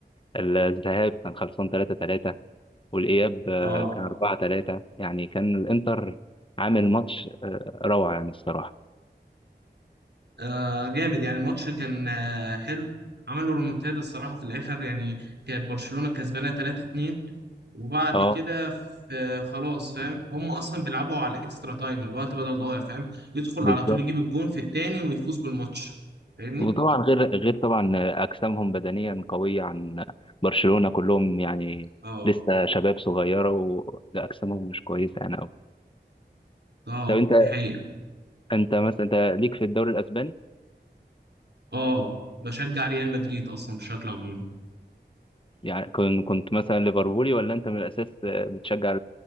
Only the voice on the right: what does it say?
اه
آه، جامد يعني الماتش كان آه، حلو عملوا رومنتادا الصراحة في الآخر يعني كانت برشلونة كسبانة 3-2 وبعد
كده في خلاص فاهم هم اصلا بيلعبوا على الاكسترا تايم الوقت بدل ضايع فاهم يدخل
على طول يجيب الجون في التاني ويفوز بالماتش فاهمني
اه
اه
دي حقيقة
اه بشجع ريال مدريد اصلا بشكل عمومي